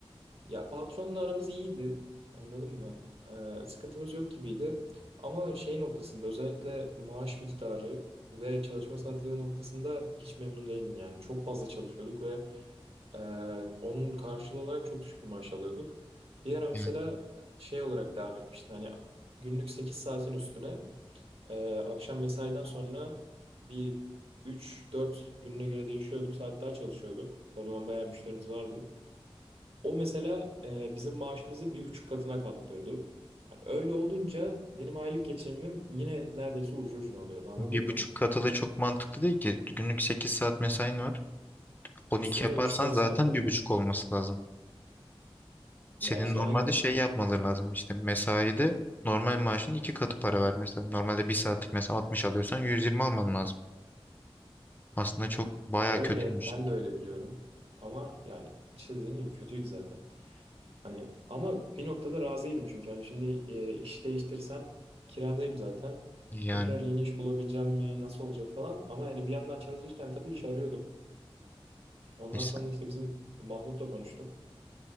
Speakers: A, on the right; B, on the left.
A: Ya patronla aramız iyiydi. Anladın mı? Ee, sıkıntımız yok gibiydi. Ama şey noktasında özellikle maaş miktarı ve çalışma saatleri noktasında hiç memnun değildim yani. Çok fazla çalışıyorduk ve e, onun karşılığı olarak çok düşük bir maaş alıyorduk. Bir ara mesela
B: Yani
A: şey olarak devam etmişti. Hani günlük 8 saatin üstüne e, akşam mesaiden sonra bir üç dört gününe göre değişiyordu. Saat daha çalışıyorduk. O zaman bayağı müşterimiz vardı. O mesela e, bizim maaşımızı bir buçuk katına katlıyordu. Yani öyle olunca benim aylık geçimim yine neredeyse ucu ucuna oluyordu anladın
B: bir
A: mı?
B: buçuk katı da çok mantıklı değil ki. Günlük 8 saat mesain var. 12
A: Üstüne
B: yaparsan
A: üç dört
B: zaten
A: saat daha.
B: bir buçuk olması lazım. Senin
A: Ya işte
B: normalde
A: aynen
B: şey yapmaları lazım işte mesaide normal maaşın iki katı para vermesi lazım. Normalde bir saatlik mesela 60 alıyorsan 120 alman lazım. Aslında çok
A: ya
B: baya
A: öyle
B: kötüymüş.
A: ben de öyle biliyorum. Ama yani işte dediğim gibi kötüydü zaten. Hani ama bir noktada razıydım çünkü hani şimdi e, iş değiştirsem kiradayım zaten.
B: Yani
A: Tekrar yeni iş bulabileceğim mi nasıl olacak falan. Ama yani bir yandan çalışırken tabii iş arıyordum. Ondan
B: neyse.
A: sonra işte bizim Mahmut'la konuştum.